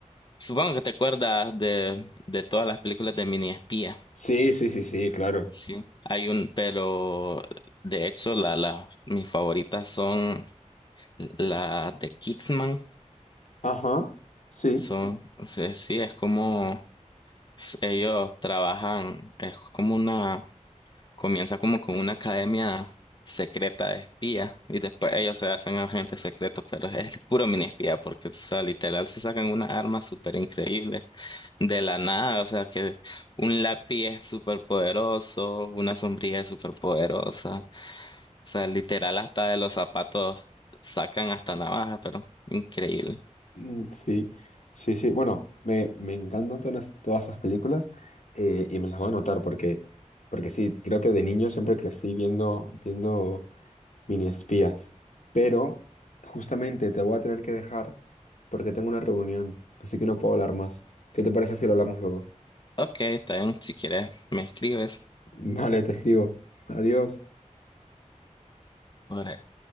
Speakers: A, on the left (about 40°); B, on the left (about 75°).
A: Supongo que te acuerdas de, de todas las películas de mini espía.
B: Sí, sí, sí, sí, claro.
A: Sí. Hay un, pero de hecho la, la, mis favoritas son las de Kingsman.
B: Ajá, sí.
A: Son, o sea, sí, es como s- Ellos trabajan, es como una, comienza como con una academia secreta de espía y después ellos se hacen agentes secretos, pero es puro mini espía porque, o sea, literal se sacan unas armas súper increíbles de la nada, o sea, que un lápiz es súper poderoso, una sombrilla es súper poderosa, o sea, literal hasta de los zapatos sacan hasta navaja, pero increíble.
B: Mm, Sí, sí, sí. Bueno, me, me encantan todas, todas esas películas eh, y me las voy a anotar porque, porque sí, creo que de niño siempre crecí viendo, viendo mini espías. Pero justamente te voy a tener que dejar porque tengo una reunión, así que no puedo hablar más. ¿Qué te parece si lo hablamos luego?
A: Ok, está bien, si quieres me escribes.
B: <laughs> Vale, te escribo. Adiós.
A: Ahora,